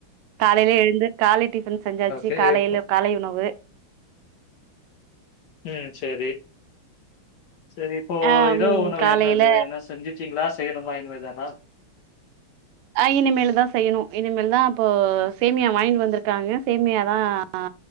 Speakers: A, on the right; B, on the left.
A: காலையில எழுந்து காலை டிஃபன் செஞ்சாச்சி
B: ஓகே
A: காலையில
B: இப்போ
A: காலை உணவு
B: ம் சேரி செரி இப்போ
A: ஆ
B: இரவு
A: ம்
B: உணவு
A: காலையில
B: என்னது என்ன செஞ்சுடீங்களா செய்யணுமா இனிமேதானா
A: அ இனிமேல் தா செய்யணு இனிமேல் தா அப்போ சேமியா வாங்கிட் வந்திருக்காங்க சேமியாதா ஆ